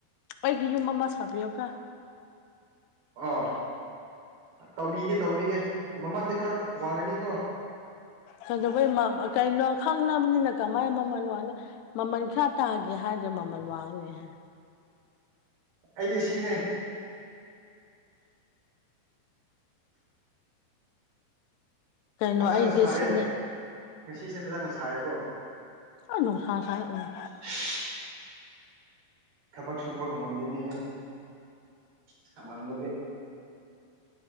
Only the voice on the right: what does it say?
ꯑꯣ ꯇꯧꯕꯤꯒꯦ ꯇꯧꯕꯤꯒꯦ ꯃꯃꯜꯗꯤ ꯈꯔ ꯋꯥꯡꯒꯅꯤꯀꯣ
ꯑꯩꯗꯤ ꯁꯤꯅꯦ
ꯐꯖꯅ
ꯁꯥꯏꯌꯦ
ꯉꯁꯤꯁꯦ ꯐꯖꯅ ꯁꯥꯏꯌꯦꯀꯣ
<inaudible> ꯊꯕꯛ ꯁꯨꯕꯒ ꯉꯝꯗꯦꯅꯦꯍꯦ ꯁꯃꯟꯕꯒꯤ